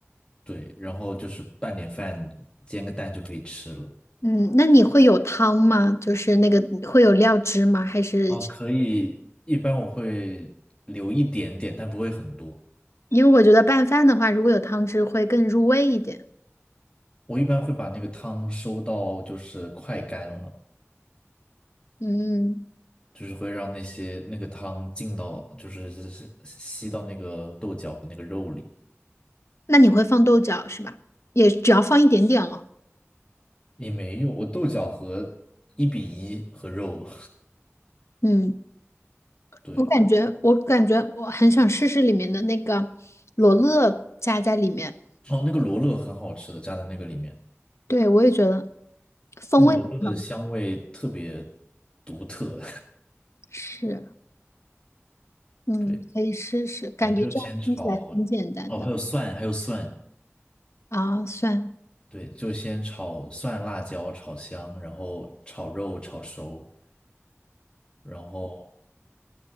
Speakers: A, on the left; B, on the left.
A: 对，然后就是拌点饭，煎个蛋就可以吃了。
B: 嗯，那你会有汤吗？就是那个会有料汁吗？还是
A: 哦，可以，一般我会留一点点，但不会很多。
B: 因为我觉得拌饭的话，如果有汤汁会更入味一点。
A: 我一般会把那个汤收到就是快干了。
B: 嗯，
A: 就是会让那些那个汤进到，就是吸到那个豆角和那个肉里。
B: 那你会放豆角是吧？也只要放一点点了。
A: 也没有，我豆角和一比一和肉，
B: 嗯。
A: <laughs> 对，
B: 我感觉，我感觉我很想试试里面的那个罗勒加在里面。
A: 哦，那个罗勒很好吃的，加在那个里面，
B: 对，我也觉得风味很好
A: 那个罗勒的香味特别独特。
B: 是，
A: <laughs>
B: 嗯，
A: 对，
B: 可以试试，感觉这样听起来挺简单的
A: 反正就先炒，哦，还有蒜，还有蒜，
B: 啊，算。
A: 对，就先炒蒜、辣椒炒香，然后炒肉炒熟，然后